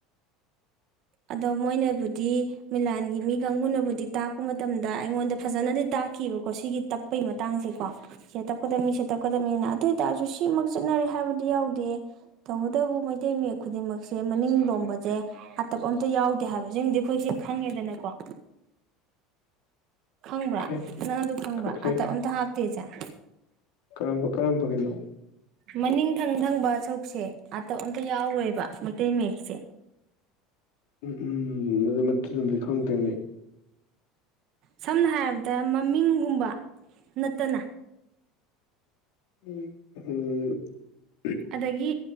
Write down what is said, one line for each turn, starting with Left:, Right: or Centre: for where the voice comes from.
Right: ꯑꯗꯣ ꯃꯣꯏꯅꯕꯨꯗꯤ ꯃꯤꯂꯥꯟꯒꯤ ꯃꯤ ꯀꯥꯡꯕꯨꯅꯕꯨꯗꯤ ꯇꯥꯛꯄ ꯃꯇꯝꯗ ꯑꯩꯉꯣꯟꯗ ꯐꯖꯅꯗꯤ ꯇꯥꯛꯈꯤꯕꯀꯣ ꯁꯤꯒꯤ ꯇꯞꯄꯩ ꯃꯇꯥꯡꯖꯤꯀꯣ ꯁꯤ ꯇꯞꯀꯗꯝꯅꯤ ꯁꯦ ꯇꯞꯀꯗꯝꯅꯤꯅ ꯑꯗꯨꯑꯣꯏ ꯇꯔꯁꯨ ꯁꯤꯃꯛ ꯆꯠꯅꯔꯦ ꯍꯥꯏꯕꯗꯤ ꯌꯥꯎꯗꯦ ꯇꯧꯕꯗꯕꯨ ꯃꯩꯇꯩ ꯃꯌꯦꯛ ꯈꯨꯗꯤꯡꯃꯛꯁꯦ ꯃꯅꯤꯡ ꯂꯣꯝꯕꯖꯦ ꯇꯞ ꯑꯝꯇ ꯌꯥꯎꯗꯦ ꯍꯥꯏꯕꯖꯤꯝꯗꯤ ꯑꯩꯈꯣꯏꯁꯦ ꯈꯪꯉꯦꯗꯅꯀꯣ ꯈꯪꯕ꯭ꯔꯥ
Left: ꯑꯣꯀꯦ
Right: ꯅꯪ ꯑꯗꯨ ꯈꯪꯕ꯭ꯔꯥ
Left: ꯑꯣꯀꯦ
Right: ꯑꯥꯇꯞ ꯑꯝꯇ ꯍꯥꯞꯇꯦꯁꯦ <unintelligible>
Left: ꯀꯔꯝꯕ ꯀꯔꯝꯕꯒꯤꯅꯣ
Right: ꯃꯅꯤꯡ ꯊꯪ ꯊꯪꯕ ꯁꯔꯨꯛꯁꯦ ꯑꯇꯞ ꯑꯝꯇ ꯌꯥꯎꯔꯣꯏꯕ ꯃꯩꯇꯩ ꯃꯌꯦꯛꯁꯦ
Left: ꯎꯝ ꯎꯝ ꯑꯗꯨ ꯅꯠꯇ ꯎꯝꯕꯤꯈꯣ ꯐꯪꯗꯦꯅꯦ
Right: ꯁꯝꯅ ꯍꯥꯏꯔꯕꯗ ꯃꯃꯤꯡꯒꯨꯝꯕ ꯅꯠꯇꯅ
Left: ꯎꯝ ꯎꯝ
Right: ꯑꯗꯒꯤ